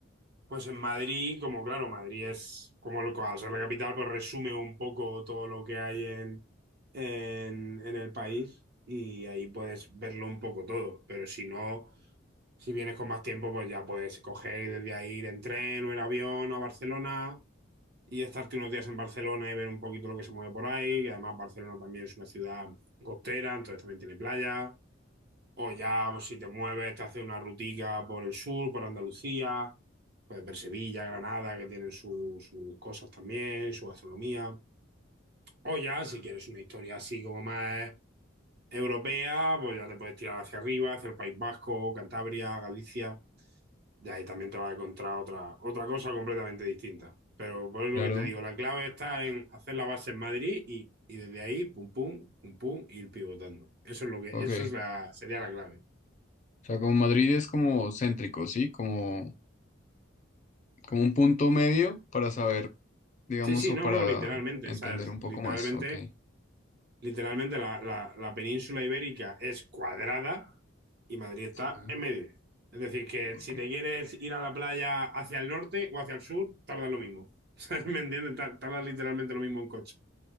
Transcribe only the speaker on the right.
pues en Madrid, como claro, Madrid es como lo- al ser la capital, pues resume un poco todo lo que hay en, en, en el país y ahí puedes verlo un poco todo. Pero si no, si vienes con más tiempo, pues ya puedes coger y desde ahí ir en tren o en avión a Barcelona y estarte unos días en Barcelona y ver un poquito lo que se mueve por ahí. Y además Barcelona también es una ciudad costera, entonces también tiene playa. O ya, pues, si te mueves, te haces una rutica por el sur, por Andalucía, puedes ver Sevilla, Granada, que tienen su- sus cosas también, su gastronomía. O ya, si quieres una historia así como más europea, pues ya te puedes tirar hacia arriba, hacia el País Vasco, Cantabria, Galicia. Y ahí también te vas a encontrar otra, otra cosa completamente distinta. Pero por lo
que te digo, la clave está en hacer la base en Madrid y, y desde ahí, pum, pum, pum, pum, ir pivotando. Eso es lo que,
eso es la, sería la clave.
Sí, sí,
no,
no, literalmente,
¿sabes?
Literalmente,
literalmente la, la, la península ibérica es cuadrada, y Madrid está
en medio. Es decir, que
si te quieres ir a la playa hacia el norte o hacia el sur, tarda lo mismo. <laughs> ¿Sabes? ¿Me entiendes? Tar- Tarda literalmente lo mismo en coche.